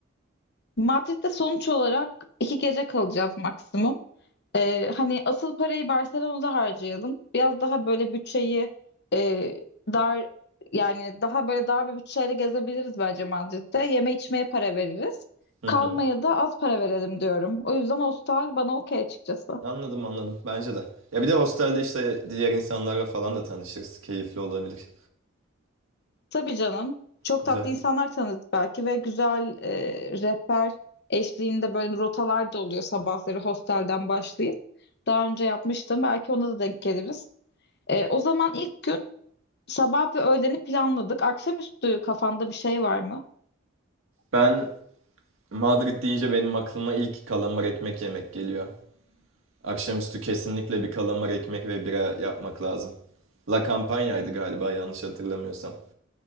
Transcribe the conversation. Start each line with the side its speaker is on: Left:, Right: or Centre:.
Left: Madrid'de sonuç olarak iki gece kalacağız maksimum. Ee, hani asıl parayı Barcelona'da harcayalım. Biraz daha böyle bütçeyi e, dar yani daha böyle dar bir bütçeyle gezebiliriz bence Madrid'de. Yeme içmeye para veririz.
Right: Hı
Left: Kalmaya
Right: hı.
Left: da az para verelim diyorum. O yüzden hostel bana okey açıkçası.
Right: Anladım anladım. Bence de. Ya bir de hostelde işte diğer insanlarla falan da tanışırız. Keyifli olabilir.
Left: Tabii canım. Çok
Right: Güzel.
Left: tatlı insanlar tanıdık belki ve güzel e, rehber eşliğinde böyle rotalar da oluyor sabahları hostelden başlayıp. Daha önce yapmıştım. Belki ona da denk geliriz. E, o zaman ilk gün Sabah ve öğleni planladık. Akşamüstü kafanda bir şey var mı?
Right: Ben Madrid deyince benim aklıma ilk kalamar ekmek yemek geliyor. Akşamüstü kesinlikle bir kalamar ekmek ve bira yapmak lazım. La Campaña'ydı galiba yanlış hatırlamıyorsam.